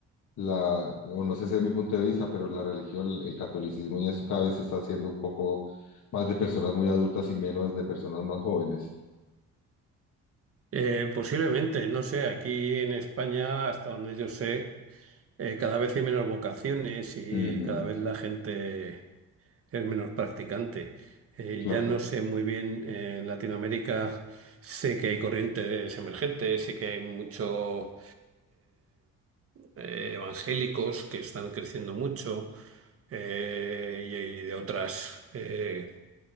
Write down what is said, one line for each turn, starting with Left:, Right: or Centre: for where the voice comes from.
Left: la, o no sé si es mi punto de vista, pero la religión, el, el catolicismo y eso cada vez se está haciendo un poco más de personas muy adultas y menos de personas más jóvenes.
Right: Eh, posiblemente, no sé, aquí en España, hasta donde yo sé, eh, cada vez hay menos vocaciones y
Left: Ujú,
Right: cada vez la gente... es menos practicante. Eh,
Left: claro.
Right: ya no sé muy bien, eh, en Latinoamérica sé que hay corrientes emergentes, sé que hay muchos evangélicos que están creciendo mucho eh, y, y de otras eh,